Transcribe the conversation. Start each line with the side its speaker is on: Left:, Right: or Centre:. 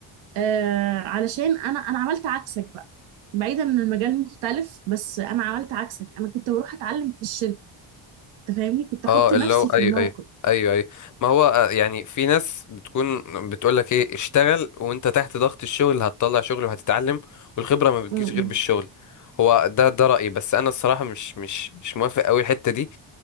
Right: آه علشان انا انا عملت عكسك بقى بعيدا ان المجال مختلف بس انا عملت عكسك انا كنت بروح اتعلم في الشركة انت فاهمني كنت احط
Left: اه
Right: نفسي
Left: اللي هو ايوه
Right: في الموقف
Left: ايوه ايوه ايوه ما هو آه، يعني في ناس بتكون بتقول لك ايه اشتغل وانت تحت ضغط الشغل هتطلع شغل وهتتعلم والخبره ما بتجيش
Right: م -م.
Left: غير بالشغل هو ده ده رايي بس انا الصراحه مش مش مش موافق قوي الحته دي